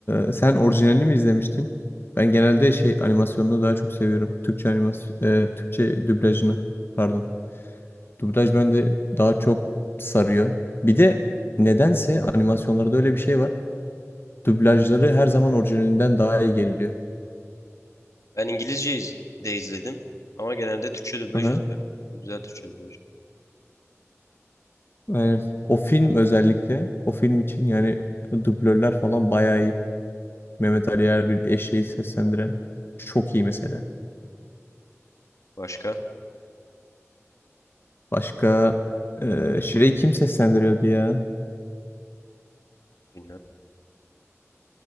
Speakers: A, on the left; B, on the left.
A: e, sen orijinalini mi izlemiştin? Ben genelde şey animasyonunu daha çok seviyorum. Türkçe animasyon, e, Türkçe dublajını. Pardon. Dublaj bende daha çok sarıyor. Bir de nedense animasyonlarda öyle bir şey var. Dublajları her zaman orijinalinden daha iyi geliyor.
B: Ben İngilizce iz- de izledim. Ama genelde Türkçe dublaj
A: Aha,
B: izliyorum. Güzel Türkçe dublaj.
A: aynen. O film özellikle, o film için yani dublörler falan bayağı iyi. Mehmet Ali Erbil eşeği seslendiren çok iyi mesela.
B: Başka?
A: Başka e, Şire'yi kim seslendiriyordu ya?
B: Bilmem.